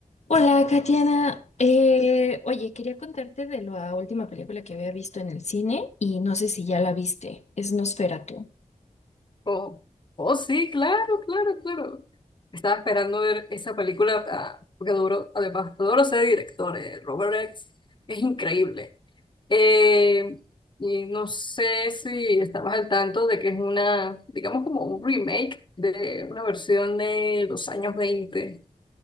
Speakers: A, on the left; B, on the left.
A: Hola, Katiana. Eh, oye, quería contarte de la última película que había visto en el cine y no sé si ya la viste. Es Nosferatu.
B: Oh, oh, sí, claro, claro, claro. Estaba esperando ver esa película, ah, porque adoro, además, adoro ese director, eh, Robert X. Es increíble. Eh, y no sé si estabas al tanto de que es una, digamos, como un remake de una versión de los años veinte